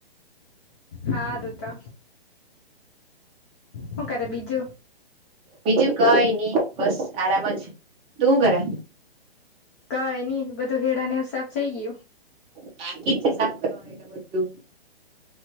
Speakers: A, on the left; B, on the right.
A: હારું તો હું કરે બીજું
B: બીજું કઈ ની બસ આરામ જ તું હુ કરે
A: કઈ ની બધું હેડા નેવુ સાફ થઈ ગયું.
B: બાકી જ છે સાફ કરવાનું એટલે બધું